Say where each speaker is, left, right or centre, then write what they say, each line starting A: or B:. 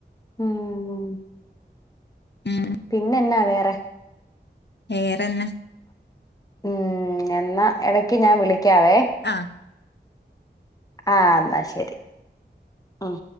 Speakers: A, on the left (about 20°); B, on the left (about 70°).
A: ഉം
B: ആഹ്.
A: പിന്നെ എന്നാ വേറെ?
B: വേറെന്നാ.
A: ഉം. എന്നാ എടക്ക് ഞാൻ വിളിക്കാവേ.
B: ആഹ്.
A: ആഹ് എന്നാ ശരി. ഉം